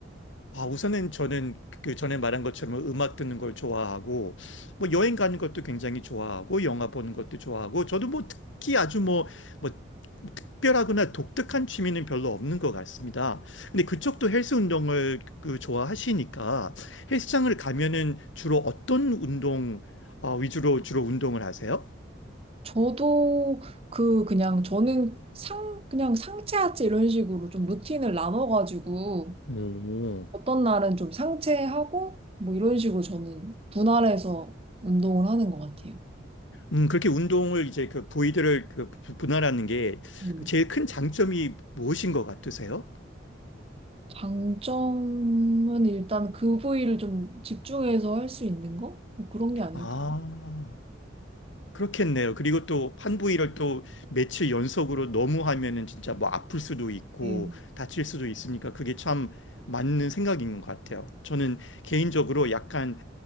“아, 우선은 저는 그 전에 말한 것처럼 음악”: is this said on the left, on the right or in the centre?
Left